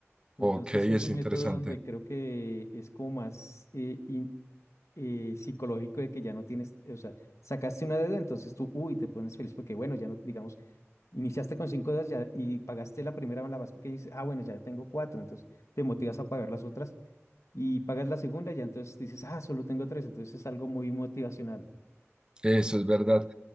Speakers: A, on the left; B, on the right.
A: Entonces
B: ok,
A: es
B: es
A: un método
B: interesante.
A: donde creo que es como más eh, in- eh, psicológico de que ya no tienes, o sea, sacaste una deuda, entonces tú, uy, te pones feliz porque, bueno, ya no, digamos, iniciaste con cinco deudas ya, y pagaste la primera, la más pequeña, y dices, ah, bueno, ya tengo cuatro, entonces te motivas a pagar las otras y pagas la segunda, ya entonces dices, ah, solo tengo tres, entonces es algo muy motivacional.
B: Eso es verdad.